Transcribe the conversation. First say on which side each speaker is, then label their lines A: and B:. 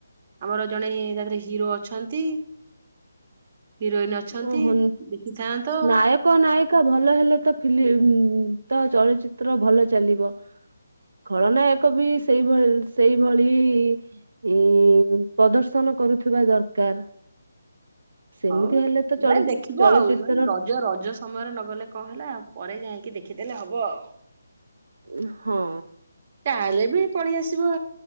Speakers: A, on the right; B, on the right.
A: ଆମର ଜଣେ ତା <unintelligible> ହିରୋ ଅଛନ୍ତି। ହିରୋଇନ୍ ଅଛନ୍ତି
B: ଓହୋ
A: ଦେଖିଥାନ୍ତ।
B: ନାୟକ ନାୟିକା ଭଲ ହେଲେ ତ ଫିଲ୍ମ ତ ଚଳଚିତ୍ର ଭଲ ଚାଲିବ। ଖଳନାୟକ ବି ସେଇଭଳ ସେଇଭଳ ଇ ଇ ପ୍ରଦର୍ଶନ କରୁଥିବା ଦରକାର। ସେମିତି
A: ହଉ
B: ହେଲେ ଚଳ
A: ନାଇଁ ଦେଖିବ
B: ଚଳଚିତ୍ର
A: ଆଉ ନାଇଁ ରଜ ରଜ ସମୟରେ ନଗଲେ କଅଁ ହେଲା ଆଉ ପରେ ଯାଇକି ଦେଖିଦେଲେ ହବ ଆଉ।
B: ଉଁ ହଁ।
A: ତାହେଲେ ବି ପଳେଇ ଆସିବ।